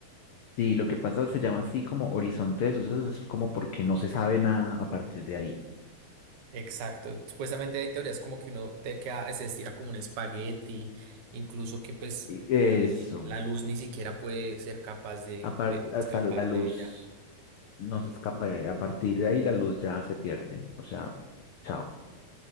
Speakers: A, on the left; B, on the right.
A: Sí, lo que pasa se llama así como horizonte de sucesos, es como porque no se sabe nada a partir de ahí.
B: Exacto. Supuestamente hay teorías como que uno te queda, se estira como un espagueti, incluso que pues
A: Y Eso,
B: eh, la luz ni siquiera puede ser capaz de,
A: apar-
B: de
A: hasta
B: escapar
A: la luz
B: de ella.
A: no se escapa de ahí. A partir de ahí la luz ya se pierde. O sea, chao.